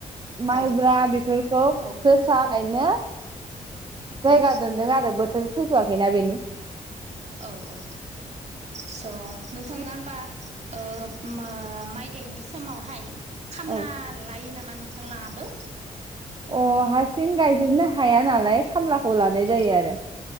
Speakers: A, on the right; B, on the right.
A: माइब्रा
B: औ
A: बेफोरखौ
B: औ
A: जोसा गायनो जायगा
B: औ
A: दोनदों आरो बोथोर फैथवाखैना बेनि
B: औ औ स नोंथाङा होमबा ओ मा ओ माइ गायनाय समावहाय खामला
A: औ
B: लायो नामा नोंथांलाङाबो
A: अह हारसिं गायजोबनो हाया नालाय खामलाखौ लानाय
B: औ
A: जायो आरो।